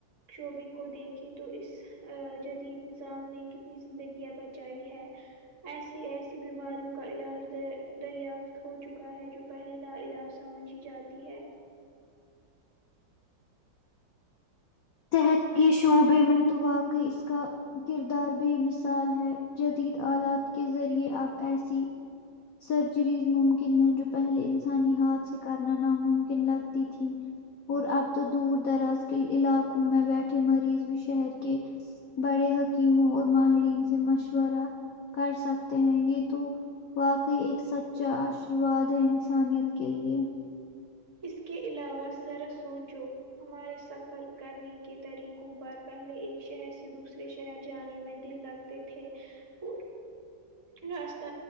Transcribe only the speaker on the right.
شعبے کو دیکھے تو اس ا جدید نظام نے کتنی زندگیاں بچائی ہے ایسی ایسی بیماریوں کا علاج در دریافت ہو چکا ہے جو پہلے لا علاج سمجھی جاتی ہے
اس کے علاوہ ذرا سوچو ہمارے سفر کرنے کے طریقوں پر پہلے ایک شہر سے دوسرے شہر جانے میں دل لگتا تھے اور راستہ